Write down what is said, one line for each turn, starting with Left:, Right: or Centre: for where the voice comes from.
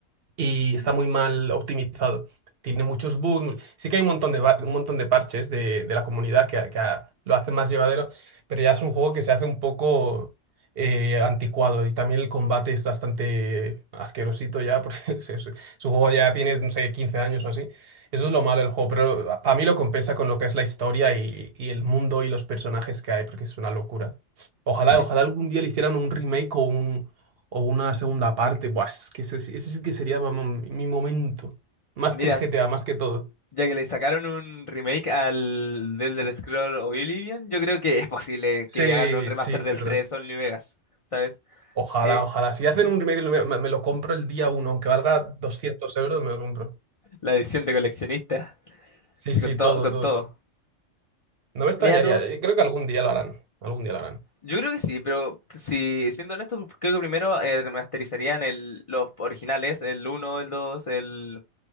Right: y
Left: Mm,
Right: está muy mal optimizado. Tiene muchos bugs. Sí que hay un montón de, ba- un montón de parches de, de la comunidad que, a- que a- lo hace más llevadero, pero ya es un juego que se hace un poco eh, anticuado y también el combate es bastante asquerosito ya, porque <laughs> es, es- su juego ya tiene, no sé, 15 años o así. Eso es lo malo del juego, pero para mí lo compensa con lo que es la historia y, y el mundo y los personajes que hay, porque es una locura. Ojalá,
Left: sí.
Right: ojalá algún día le hicieran un remake o un, o una segunda parte. Buah, es que ese, ese sí que sería vamos, mi momento. Más
Left: Mira,
Right: que el GTA, más que todo.
Left: ya que le sacaron un remake al del, del Scroll Oblivion, yo creo que es posible
Right: Sí,
Left: que hagan un remaster
Right: sí, es
Left: del
Right: verdad.
Left: 3, Only Vegas, ¿sabes?
Right: Ojalá,
Left: Eh,
Right: ojalá. Si hacen un remake, me, me- me lo compro el día uno, aunque valga 200 euros, me lo compro.
Left: la edición de coleccionista,
Right: Sí,
Left: sí,
Right: sí,
Left: con todo,
Right: todo,
Left: con
Right: todo,
Left: todo.
Right: todo. No me extrañaría.
Left: Mira tú,
Right: eh, Creo que algún día lo harán. Algún día lo harán.
Left: yo creo que sí, pero si siendo honesto, creo que primero eh, remasterizarían el, los originales, el uno, el 2, el